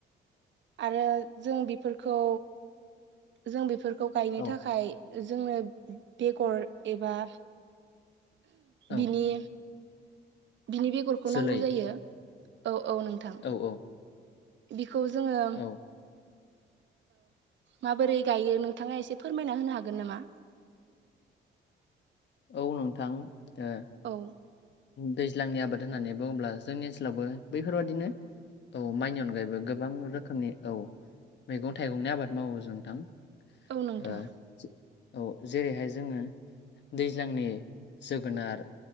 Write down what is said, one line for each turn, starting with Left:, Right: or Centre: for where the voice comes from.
Right: आरो जों बेफोरखौ जों बेफोरखौ गायनो
Left: औ
Right: थाखाय जोंनो बेगर एबा
Left: औ
Right: बिनि बिनि बेगरखौ
Left: जोलै
Right: नांगौ जायो। औ औ नोंथां।
Left: औ औ
Right: बिखौ जोङो
Left: औ
Right: माबोरै गायो नोंथाङा एसे फोरमायना होनो हागोन नामा?
Left: औ नोंथां। ओ
Right: औ
Left: दैज्लांनि आबाद होननानै बुङोब्ला जोंनि ओनसोलावबो बैफोरबादिनो औ माइनि अनगायैबो गो गोबां रोखोमनि औ मैगं थाइगंनि आबाद मावो जों नोंथां
Right: औ नोंथां
Left: ओ औ जेरैहाय जोङो दैज्लांनि जोगोनार